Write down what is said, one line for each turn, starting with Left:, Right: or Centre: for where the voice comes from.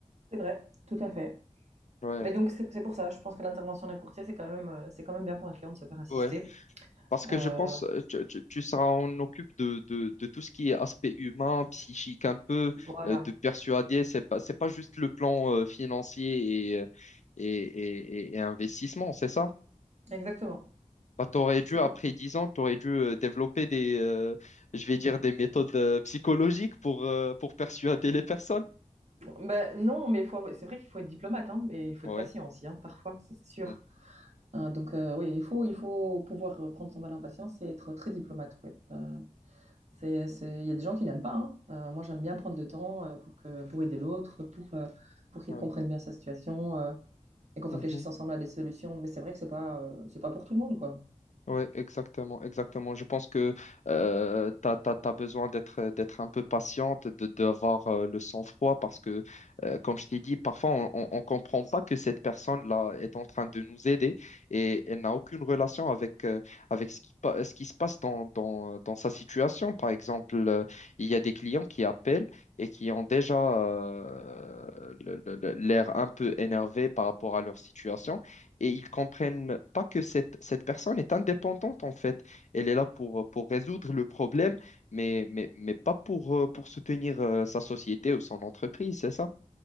Right: C'est vrai, tout à fait.
Left: Ouais,
Right: Mais donc, c'est c'est pour ça, je pense que l'intervention d'un courtier, c'est quand même, euh, c'est quand même bien pour un client de se faire assister.
Left: ouais. Parce
Right: Euh,
Left: que je pense, euh, tu, tu, tu seras, on occupe de, de, de tout ce qui est aspect humain, psychique un peu,
Right: voilà,
Left: euh, de persuader. C'est pas, c'est pas juste le plan euh, financier et, euh, et, et, et- et investissement, c'est ça?
Right: exactement.
Left: Bah, t'aurais dû,
Right: C'est tout.
Left: après 10 ans, t'aurais dû euh, développer des, euh, je vais dire, des méthodes euh, psychologiques pour, euh, pour persuader les personnes.
Right: Ben, non, mais il faut, avoir- c'est vrai qu'il faut être diplomate, hein, et il faut
Left: Ouais.
Right: être patient aussi, hein, parfois, ça c'est sûr.
Left: Mm.
Right: Euh, donc euh, oui, il faut, il faut pouvoir euh, prendre son mal en patience et être très diplomate, ouais Euh, c'est, c'est... Il y a des gens qui n'aiment pas, hein. Euh, moi, j'aime bien prendre le temps euh, pour que, pour aider l'autre, pour, euh, pour qu'il
Left: Ouais.
Right: comprenne bien sa situation. euh. et qu'on
Left: Mhm.
Right: réfléchisse ensemble à des solutions. Mais c'est vrai que c'est pas, euh, c'est pas pour tout le monde, quoi.
Left: Oui, exactement, exactement. Je pense que euh, tu as, besoin d'être d'être un peu patiente, de d'avoir euh, le sang-froid parce que, euh, comme je t'ai dit, parfois on on- on comprend pas que cette personne-là est en train de nous aider et elle n'a aucune relation avec, euh, avec ce qui, pa- ce qui se passe dans, dans, dans sa situation. Par exemple, euh, il y a des clients qui appellent et qui ont déjà euh, le- le- le- l'air un peu énervé par rapport à leur situation et ils comprennent pas que cette, cette personne est indépendante en fait. Elle est là pour, pour résoudre le problème, mais, mais, mais pas pour, euh, pour soutenir euh, sa société ou son entreprise, c'est ça?